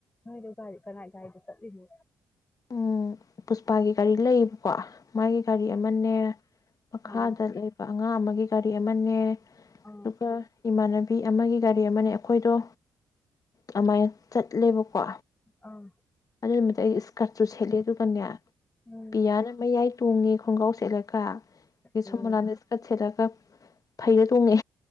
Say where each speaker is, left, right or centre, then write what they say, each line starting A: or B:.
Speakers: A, on the left (about 20°); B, on the left (about 45°).
A: ꯅꯣꯏꯗꯣ ꯒꯥꯔꯤ ꯀꯅꯥꯥꯏ ꯒꯥꯔꯤꯗ ꯆꯠꯂꯤꯅꯣ꯫
B: ꯎꯝ ꯄꯨꯁꯄꯥꯒꯤ ꯀꯒꯥꯔꯤ ꯂꯩꯌꯦꯕꯀꯣ꯫ ꯃꯥꯒꯤ ꯒꯥꯔꯤ ꯑꯃꯅꯦ ꯃꯈꯥꯗ
A: ꯑꯥ
B: ꯂꯩꯕ꯫ ꯑꯉꯥꯡ ꯑꯃꯒꯤ ꯒꯥꯔꯤ ꯑꯃꯅꯦ꯫
A: ꯑꯥ
B: ꯑꯗꯨꯒ ꯏꯃꯥꯟꯅꯕꯤ ꯕꯤ ꯑꯃꯒꯤ ꯒꯥꯔꯤ ꯑꯃꯅꯦ ꯑꯩꯈꯣꯏꯗꯣ ꯑꯗꯨꯃꯥꯏꯅ ꯆꯠꯂꯦꯕ ꯀꯣ
A: ꯑꯥ
B: ꯑꯗꯨꯏ ꯅꯨꯃꯤꯠ ꯑꯩ ꯏꯁ ꯀꯥꯔꯆꯨ ꯁꯦꯠꯂꯦ ꯑꯗꯨꯒꯅꯦ
A: ꯎꯝ
B: ꯄꯤꯌꯥꯅ ꯃꯌꯥꯏ ꯇꯣꯡꯉꯦ ꯈꯣꯡꯒꯥꯎ ꯁꯦꯠꯂ ꯒ ꯑꯗꯩꯩ
A: ꯎꯝ
B: ꯁꯣꯃꯨꯂꯥꯅ ꯏꯁꯀꯥꯔꯠ ꯁꯦꯠꯂꯒ ꯐꯩꯔ ꯇꯨꯃꯦ